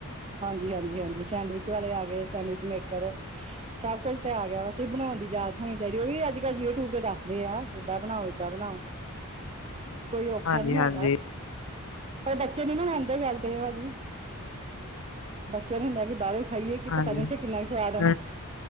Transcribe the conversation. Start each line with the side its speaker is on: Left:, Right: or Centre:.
Right: ਹਾਂਜੀ ਹਾਂਜੀ ਹਾਂਜੀ ਸੈਂਡਵਿਚ ਵਾਲੇ ਆ ਗੇ, ਸੈਂਡਵਿਚ ਮੇਕਰ। ਸਭ ਕੁਝ ਤੇ ਆ ਗਿਆ ਵੈਸੇ ਬਣਾਉਣ ਦੀ ਜਾਂਚ ਹੋਣੀ ਚਾਈਦੀ, ਓ ਵੀ ਅੱਜ ਕੱਲ ਯੂਟਿਊਬ ਤੇ ਦੱਸਦੇ ਆ ਏਦਾਂ ਬਣਾਓ। ਏਦਾਂ ਬਣਾਓ, ਕੋਈ ਔਖਾ
Left: ਹਾਂਜੀ-ਹਾਂਜੀ,
Right: ਨੀ ਹੈਗਾ।
Left: ਹਾਂਜੀ,
Right: ਪਰ ਬੱਚੇ ਦੀ ਨਾ ਮੰਨਦੇ ਗੱਲ ਤੇ ਭਾਜੀ, ਬੱਚਿਆਂ ਨੂੰ ਹੁੰਦਾ ਕੀ ਬਾਰੋਂ ਖਾਈਏ ਕੀ
Left: ਹਾਂਜੀ,
Right: ਪਤਾ ਨੀ ਓਥੇ ਕਿੰਨਾ ਕੁ ਸਵਾਦ ਆਂਦਾ,
Left: ਹੂੰ,